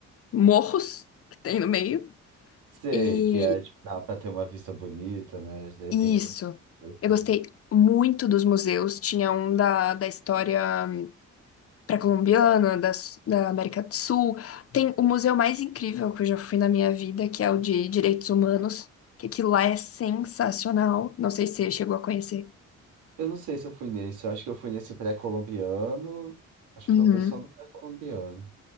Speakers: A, on the left; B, on the right.
A: morros que tem no meio.
B: Sei
A: E
B: que é, tipo, dá pra ter uma vista bonita, né? Eu
A: Isso.
B: tenho. Eu
A: Eu
B: sei.
A: gostei muito dos museus. Tinha um da, da história pré-colombiana, da, da América do Sul. Tem o museu mais incrível que eu já fui na minha vida, que é o de Direitos Humanos, que aquilo lá é sensacional. Não sei se você chegou a conhecer.
B: Eu não sei se eu fui nesse. Eu acho que eu fui nesse pré-colombiano. Acho
A: Uhum.
B: que talvez só no pré-colombiano.